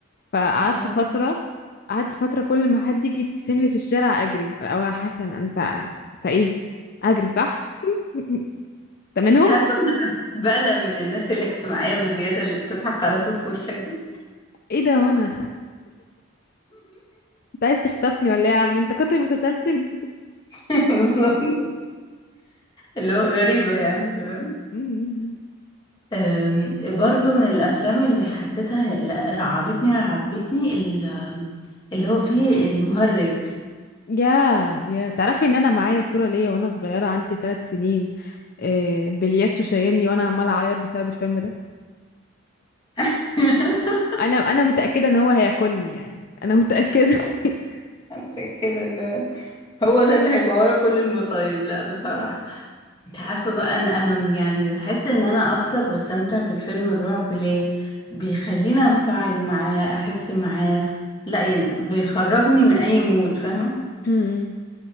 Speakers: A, on the left; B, on the left.
A: فقعدت
B: اه
A: فترة قعدت فترة كل ما حد يجي يبتسم لي في الشارع اجري او يا حسن انت انت ايه اجري صح <laughs> انت منهم
B: انت عارفه ان انا بقلق من الناس الاجتماعيه بزياده اللي بتضحك على طول في وشك دي
A: ايه ده وانا انت عايز تخطفني ولا ايه يا عم انت قاتل متسلسل
B: <laughs> بالظبط اللي هو غريبه يعني فاهم
A: <laughs>
B: أم، برضو من الافلام اللي حسيتها لا، رعبتني رعبتني ال- اللي هو فيه المهرج
A: ياه يا تعرفي ان انا معايا صورة ليا وانا صغيرة عندي ثلاث سنين آه، بلياتشو شايلني وانا عمالة اعيط بسبب الفيلم ده
B: <laughs>
A: انا انا متأكدة ان هو هياكلني يعني انا متأكدة <laughs>
B: حسيت كده إن هو ده اللي هيبقى ورا كل المصايب لا بصراحه انت عارفة بقى ان انا يعني بحس ان انا اكتر بستمتع بالفيلم الرعب ليه بيخليني انفعل معاه احس معاه لا يعني بيخرجني من اي مود فاهمة
A: أمم.